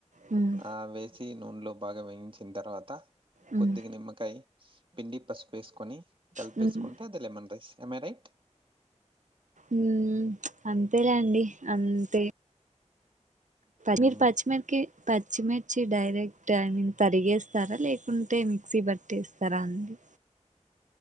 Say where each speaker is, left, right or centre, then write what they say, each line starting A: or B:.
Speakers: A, on the right; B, on the right.
A: మ్మ్
B: ఆ వేసి నూనెలో బాగా వేయించిన తర్వాత
A: మ్మ్
B: కొద్దిగా నిమ్మకాయ పిండి పసుపు వేసుకొని కలిపేసుకుంటే
A: మ్మ్ మ్మ్
B: అది లెమన్ రైస్ ఏం మరి
A: మ్మ్ అంతేలే అండి అంతే
B: హ్మ్.
A: మీరు పచ్చిమిరక్కాయ్ పచ్చిమి మిర్చి డైరెక్ట్ ఏ తరిగేస్తారా లేకుంటే మిక్సీ బట్టేస్తారా అండి